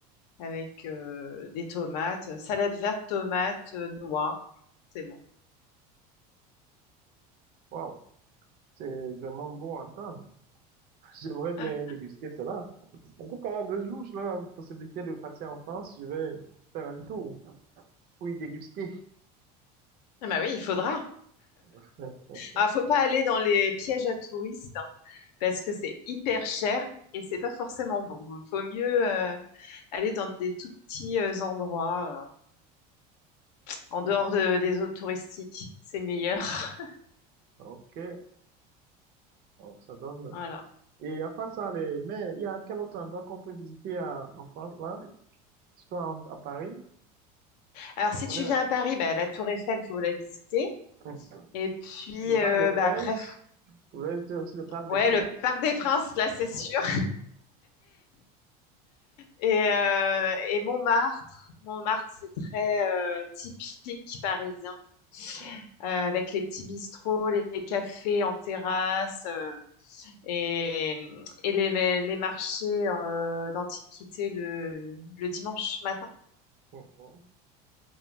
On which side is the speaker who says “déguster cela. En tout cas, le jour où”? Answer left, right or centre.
Right